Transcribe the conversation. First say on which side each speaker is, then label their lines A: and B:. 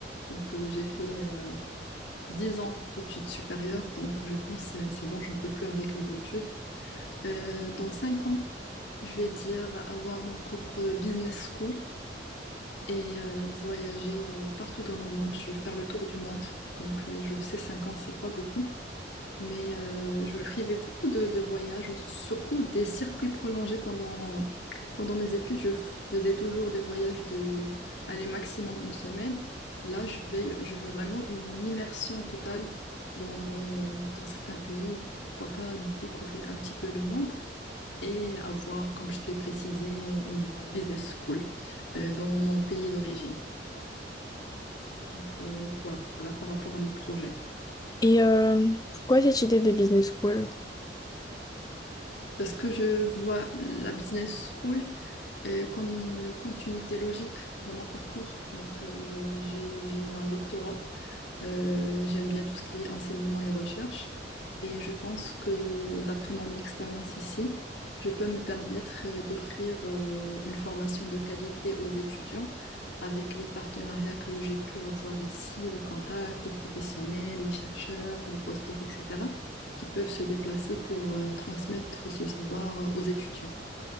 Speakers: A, on the left; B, on the left.
A: Donc, euh, j'ai fait euh, 10 ans d'études supérieures. Donc, je pense que c'est c'est bon, j'en peux plus avec les études. Euh, dans 5 ans, je vais dire avoir mon propre business school. et euh, voyager euh, partout dans le monde. Je veux faire le tour du monde. Donc, euh, je sais, 5 ans, c'est pas beaucoup, mais euh, je me privais beaucoup de, de voyages, ou surtout des circuits prolongés pendant, pendant mes études. Je faisais toujours des voyages de, aller maximum une semaine. Là, je vais, je veux vraiment une immersion totale dans, dans certains pays, ou pourquoi pas découvrir un petit peu le monde et avoir, comme je te l'ai précisé, une business school euh, dans mon pays d'origine. Donc euh, voilà, par rapport à mes projets.
B: Et euh, pourquoi cette idée de business school?
A: Parce que je vois la business school euh, comme une continuité logique de mon parcours. Donc euh, j'ai j'ai eu un doctorat Euh, j'aime bien tout ce qui est enseignement et recherche. Et je pense que d'après mon expérience ici, je peux me permettre euh, d'offrir euh, une formation de qualité aux étudiants avec les partenariats que j'ai pu avoir ici, les contacts, les professionnels, les chercheurs, les postdocs, etc., qui peuvent se déplacer pour euh, transmettre ce savoir euh, aux étudiants.